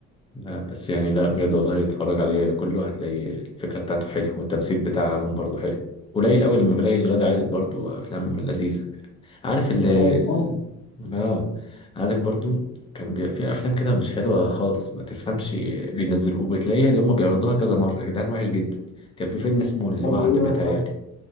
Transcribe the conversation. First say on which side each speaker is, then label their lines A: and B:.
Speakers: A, on the left; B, on the left.
A: لا بس يعني لا بجد والله اتفرج عليه كله هتلاقي الفكرة بتاعته حلوة والتمثيل بتاعهم برضه حلو قليل قوي لما بلاقي الغدا عادل برضه افلام لذيذة عارف ال
B: يعني
A: ال-
B: قليل أوي
A: اه عارف برضو كان بيبقى في افلام كده مش حلوه خالص ما تفهمش بينزلوه وبتلاقيها اللي هم بيعرضوها كذا مره يا جدعان وحش جدا كان في فيلم اسمه الوعد
B: زي إيه
A: بيتهيألي
B: مثلا